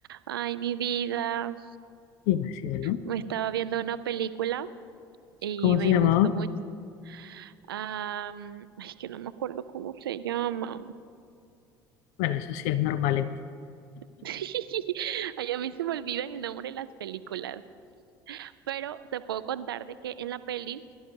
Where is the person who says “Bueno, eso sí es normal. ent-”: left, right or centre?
Left